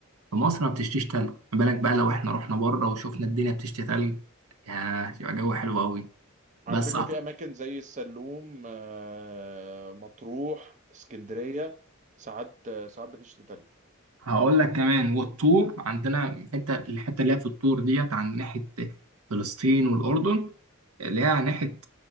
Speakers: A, on the right; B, on the right.
A: في مصر ما بتشتيش تلج ما بالك بقى لو احنا رحنا بره وشفنا الدنيا بتشتي تلج يا يبقى جو حلو قوي
B: على
A: بس
B: فكرة
A: أعت-
B: في أماكن زي السلوم آه، مطروح اسكندرية ساعات آه، ساعات بتشتي تلج
A: هقول لك كمان والطور عندنا حته الحته اللي هي في الطور ديت عند ناحيه فلسطين والاردن اللي هي على ناحية